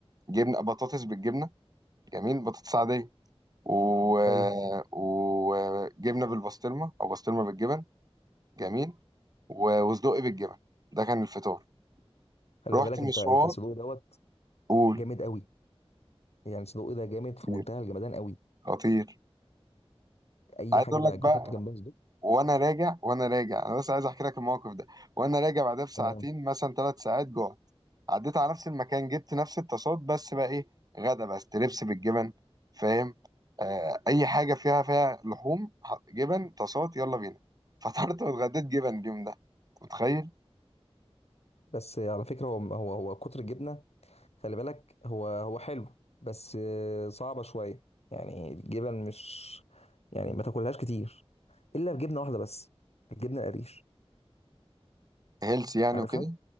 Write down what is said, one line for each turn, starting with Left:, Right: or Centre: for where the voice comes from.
Right: جبنه بطاطس بالجبنه جميل بطاطس عاديه و...
Left: حلو
Right: وجبنه بالبسطرمه او بسطرمه بالجبن جميل و- وصدق بالجبن ده كان الفطار
Left: خلي
Right: رحت
Left: بالك
Right: مشوار
Left: انت انت سلوق دوت
Right: قول
Left: جامد قوي يعني سلوق ده جامد في
Right: خطير
Left: منتهى الجمدان قوي
Right: خطير
Left: اي
Right: عايز
Left: حاجه
Right: اقول
Left: بقى
Right: لك بقى
Left: حط جنبها صدوق
Right: وانا راجع وانا راجع انا بس عايز احكي لك الموقف ده وانا راجع بعدها بساعتين
Left: تمام
Right: مثلا ثلاث ساعات جوع عديت على نفس المكان جبت نفس الطاسات بس بقى ايه غدا بقى ستريبس بالجبن فاهم آه اي حاجه فيها فيها لحوم ح- جبن طاسات يلا بينا فطرت واتغديت جبن اليوم ده متخيل
Left: بس على فكره هو هو هو كتر الجبنه خلي بالك هو هو حلو بس آه، صعبه شويه يعني الجبن مش يعني ما تاكلهاش كتير الا بجبنه واحده بس الجبنه القريش
Right: هيلث يعني
Left: عارفها
Right: وكده